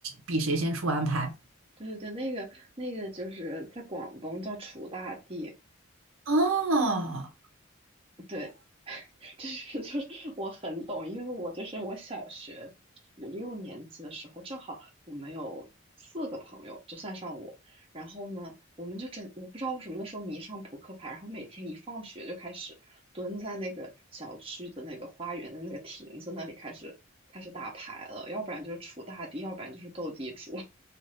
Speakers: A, on the right; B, on the right.
A: 比谁先出完牌。
B: 对对对，那个那个就是在广东叫楚大地，
A: 哦，
B: 对，就是 <laughs> 就是我很懂，因为我就是我小学五六年级的时候，正好我们有四个朋友，就算上我，然后呢，我们就整，我不知道为什么那时候迷上扑克牌，然后每天一放学就开始蹲在那个小区的那个花园的那个亭子那里开始开始打牌了，要不然就是锄大地，要不然就是斗地主。